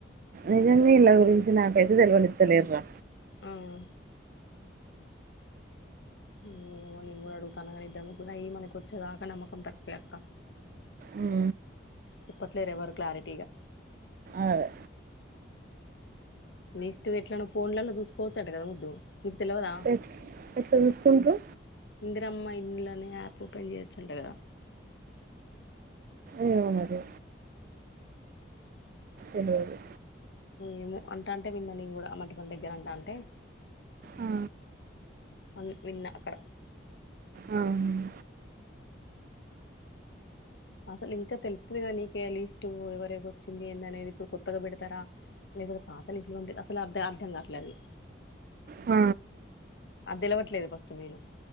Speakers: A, on the right; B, on the left.
A: నిజంగా ఇళ్ల గురించి నాకైతే తెలివనిత్తలేర్ రా
B: ఆవు ఏమో నేను కూడా అడుగుతాను కానీ ఇద్దకు అయి మనకి వచ్చేదాకా నమ్మకం తక్వే అక్క
A: ఉమ్
B: చెప్పట్లేరు ఎవరు క్లారిటీగా
A: అదే
B: నేష్ట్ ఎట్లాన్నా ఫోన్లలో చూసుకోవచ్చ అంట కదా ముద్దు నీకు తెలియదా
A: ఎట్- ఎట్లా చూసుకుంట్రూ
B: ఇందిరమ్మ ఇళ్లనే యాప్ ఓపెన్ చేయొచ్చుంట కదా
A: ఏమో మరి ఏదో ఉంది
B: ఏమో అంట అంటే విన్నా నేను కూడా మటి మన దగ్గర అన్టంటే
A: ఆ,
B: అదే విన్నా అక్కడ
A: ఆ.
B: అసలు ఇంకా తెలుతది కదా నీకే లీస్ట్ ఎవర వచ్చింది ఏందనేది ఇప్పుడు కొత్తగా పెడతారా లేకపోతే పాతలిస్టులు ఉంటాయి అసలు అర్ధ అర్ధం కావట్లే అది
A: ఆ
B: అదేలవట్లేదు ఫస్ట్ మేన్